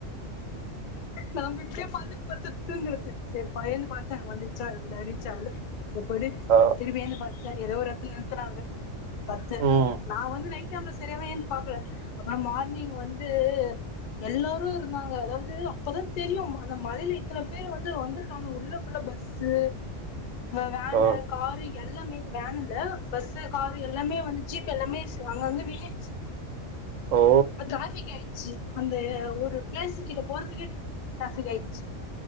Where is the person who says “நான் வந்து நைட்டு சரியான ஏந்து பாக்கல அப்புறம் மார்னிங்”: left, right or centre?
Left